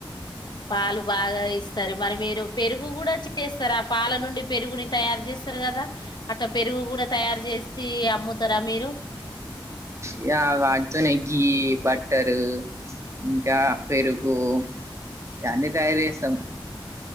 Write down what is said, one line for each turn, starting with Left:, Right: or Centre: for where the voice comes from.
Left: పాలు బాగా ఇస్తారు మరి మీరు పెరుగు కూడా చేస్తారా పాల నుండి పెరుగుని తయారు చేస్తారు కదా అట్లా పెరుగు కూడా తయారు చేసి అమ్ముతారా మీరు
Right: ఇక వాటితోనేె గ బట్టరు ఇంకా పెరుగు ఇవన్నీ తయారు చేస్తాం